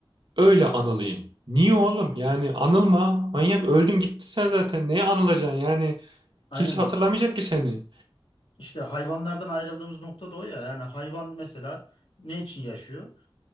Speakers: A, on the right; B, on the left.
A: Öyle anılayım. Niye oğlum? Yani
B: Evet.
A: anılma. Manyak öldün gittin sen zaten. Neye anılacaksın? Yani
B: Aynen.
A: kimse hatırlamayacak ki seni.
B: İşte hayvanlardan ayrıldığımız nokta da o ya. Yani hayvan mesela ne için yaşıyor?